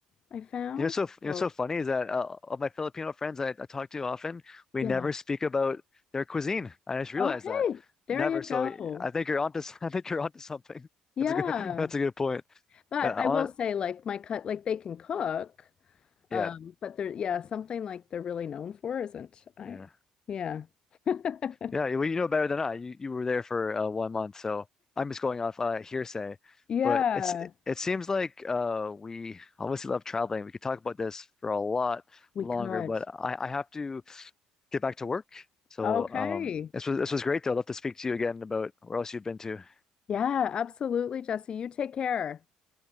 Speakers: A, on the left; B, on the left.
A: I found.
B: You know, so you
A: So,
B: know, so funny is that uh, all my Filipino friends I, I talk to often, we
A: yeah.
B: never speak about their cuisine. I just realized
A: Okay.
B: that.
A: There
B: Never.
A: you
B: So
A: go.
B: I think you're onto s- <laughs> I think you're onto something.
A: Yeah.
B: That's a good <laughs> that's a good point.
A: But
B: Yeah,
A: I
B: hon-
A: will say like my cut like they can cook,
B: yeah,
A: um, but they're yeah, something like they're really known for isn't I.
B: yeah,
A: Yeah. <laughs>
B: yeah. you- Well, you know better than I. You you were there for uh, one month, so I'm just going off uh, hearsay.
A: Yeah.
B: But it's it seems like uh, we obviously love traveling. We could talk about this for a lot
A: We
B: longer,
A: could.
B: but I, I have to. get back to work. So
A: Okay.
B: um, this was this was great though. I'd love to speak to you again about where else you've been to.
A: Yeah, absolutely, Jesse. You take care.